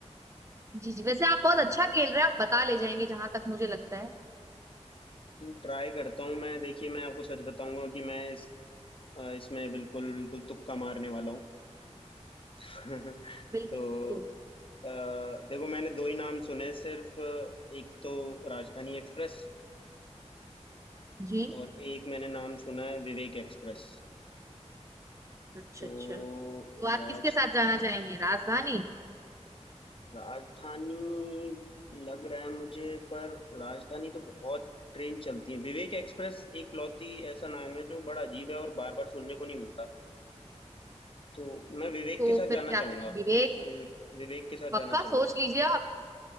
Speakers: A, on the right (about 25°); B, on the left (about 50°).
A: जी जी वैसे आप बहुत अच्छा खेल रहे हैं आप बता ले जाएंगे जहां तक मुझे लगता है
B: ट्राई करता हूँ मैं देखिए मैं आपको सच बताऊंगा कि मैं इस अ, इसमें बिल्कुल बिल्कुल तुक्का मारने वाला हूँ <laughs>
A: बिल्कुल
B: तो
A: बिल्कुल
B: अ, देखो मैंने दो ही नाम सुने सिर्फ अ, एक तो राजधानी एक्सप्रेस
A: जी
B: और एक मैंने नाम सुना है विवेक एक्सप्रेस
A: अच्छा
B: तो
A: अच्छा तो
B: राज
A: आप किसके साथ जाना चाहेंगे राजधानी
B: राजधानी लग रहा है मुझे पर राजधानी तो बहुत ट्रेन चलती है विवेक एक्सप्रेस एक लौती ऐसा नाम है जो बड़ा अजीब है और बार बार सुनने को नहीं मिलता तो मैं विवेक
A: तो
B: के साथ
A: फिर
B: जाना
A: क्या
B: चाहूंगा
A: करें विवेक
B: मैं विवेक के साथ
A: पक्का
B: जाना चाहूंगा
A: सोच लीजिए आप